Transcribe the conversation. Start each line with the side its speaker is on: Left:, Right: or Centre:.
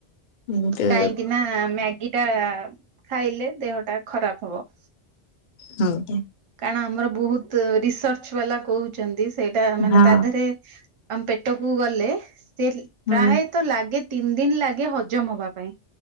Left: କିନ୍ତୁ
Right: କାହିଁକି ନା ମ୍ୟାଗି ଟା ଖାଇଲେ ଦେହ ଟା ଖରାପ ହବ।
Left: ହୁଁ ଠିକ।
Right: କାରଣ ଆମର ବହୁତ ରିସର୍ଚ୍ଚ ବାଲା କହୁଚନ୍ତି ସେଇଟା ମାନେ
Left: ହଁ
Right: ତା ଦେହରେ ଆମ ପେଟକୁ ଗଲେ ସେ ପ୍ରାୟତ
Left: ବି
Right: ଲାଗେ ତିନି ଦିନ ଲାଗେ ହଜମ ହବା ପାଇଁ।